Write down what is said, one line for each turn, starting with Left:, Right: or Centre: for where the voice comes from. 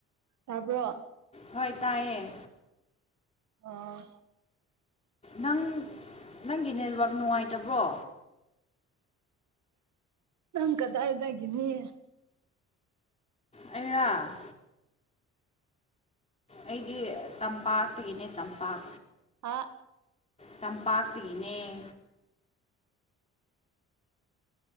Right: ꯇꯥꯕ꯭ꯔꯣ
Left: ꯍꯣꯏ ꯇꯥꯏꯌꯦ
Right: ꯑ
Left: ꯅꯪ ꯅꯪꯒꯤ ꯅꯦꯠꯋꯥꯛ ꯅꯨꯡꯉꯥꯏ ꯇꯕ꯭ꯔꯣ꯫
Right: ꯅꯪ ꯀꯗꯥ ꯍꯥꯏꯗꯒꯦꯅꯤ
Left: ꯑꯩꯔꯣ ꯑꯩꯒꯤ ꯇꯝꯄꯥꯛꯇꯒꯤꯅꯦ ꯇꯝꯄꯥꯛ
Right: ꯑꯥ
Left: ꯇꯝꯄꯥꯛꯇꯒꯤꯅꯦ